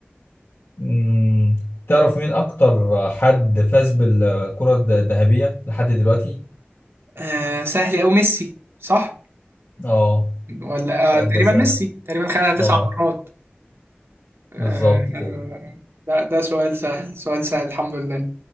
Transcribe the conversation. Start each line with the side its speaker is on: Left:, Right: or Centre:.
Left: مم، تعرف مين اكتر حد فاز بالكرة الد- الذهبية لحد دلوقتي
Right: آه سهل أوي ميسي صح
Left: اه
Right: ولا
Left: السؤال
Right: آه تقريبا
Left: ده سهل
Right: ميسي تقريبا خدها تسع
Left: اه
Right: مرات آه
Left: بالظبط كده
Right: آه، ده ده سؤال سهل سؤال سهل الحمد لله